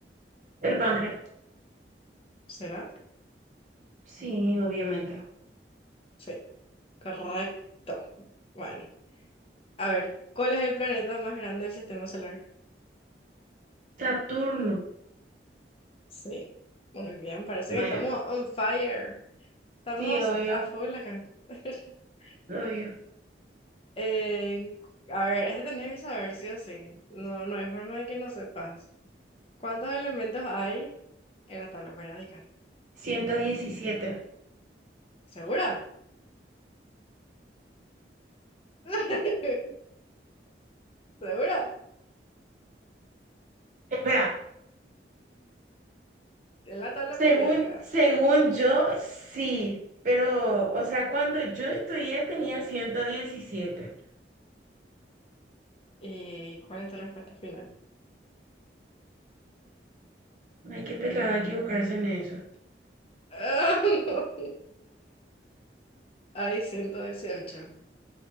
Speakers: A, on the right; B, on the left.
A: el páncreas.
B: ¿Será?
A: Sí, obviamente.
B: Sí, correcto. Bueno, a ver, ¿cuál es el planeta más grande del sistema solar?
A: Saturno,
B: Sí, muy bien, parece
A: Maya.
B: que estamos on fire. Estamos
A: Sí, obvio,
B: a full acá. <laughs>
A: obvio.
B: Eh, a ver, este tenés que saber sí o sí. No, no hay forma de que no sepas. ¿Cuántos elementos hay en la tabla periódica?
A: 117.
B: ¿Segura? <laughs> ¿Segura?
A: Espera,
B: En la tabla
A: según,
B: periódica.
A: según yo, sí, pero, o sea, cuando yo estudié tenía 117.
B: ¿Y cuál es tu respuesta final?
A: Ay, qué pelada equivocarse en eso.
B: Ah, <laughs> no. Hay 118.